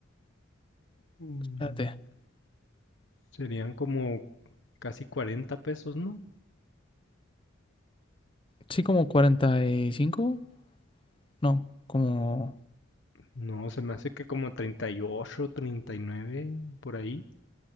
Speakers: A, on the left; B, on the left.
A: mm,
B: Espérate.
A: serían como casi 40 pesos, ¿no?
B: Sí, como cuarenta y cinco No, como
A: No, se me hace que como treinta treinta y ocho treinta y nueve por ahí.